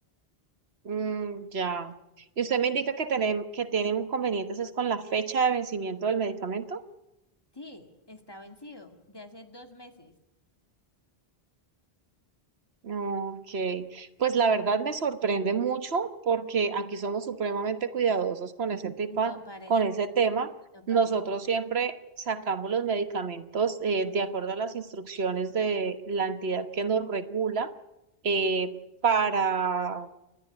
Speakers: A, on the right; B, on the left.
A: mm, ya. Y usted me indica que tienen, que tienen inconvenientes es con la fecha de vencimiento del medicamento.
B: Sí, está vencido. De hace dos meses.
A: Ok, pues la verdad me sorprende mucho porque aquí somos supremamente cuidadosos con ese tema,
B: No parece,
A: con ese tema.
B: no parece.
A: Nosotros siempre sacamos los medicamentos eh, de acuerdo a las instrucciones de la entidad que nos regula eh, para